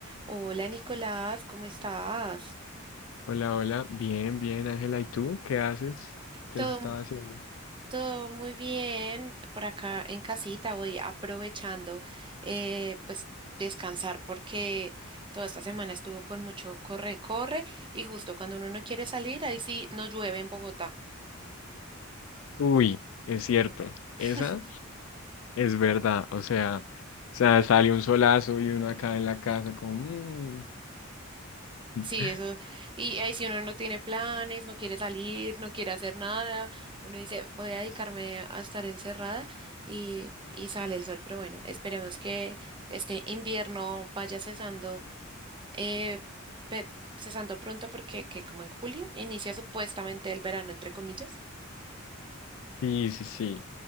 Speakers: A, on the right (about 25°); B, on the left (about 65°).
A: Hola Nicolás, ¿cómo estás?
B: Hola, hola. Bien, bien, Ángela. ¿Y tú? ¿Qué haces? ¿Qué
A: Todo,
B: has estado haciendo?
A: todo muy bien por acá en casita, hoy aprovechando eh, pues descansar porque toda esta semana estuvo con mucho corre, corre y justo cuando uno no quiere salir, ahí sí nos llueve en Bogotá.
B: Uy, es cierto.
A: <laughs>
B: Esa es verdad. O sea, o sea, sale un solazo y uno acá en la casa como... "Mm".
A: Sí,
B: <laughs>
A: eso. Y ahí si uno no tiene planes, no quiere salir, no quiere hacer nada, uno dice, voy a dedicarme a estar encerrada y, y sale el sol. Pero bueno, esperemos que este invierno vaya cesando, eh, pe- cesando pronto porque que como en julio inicia supuestamente el verano, entre comillas.
B: Sí, sí, sí.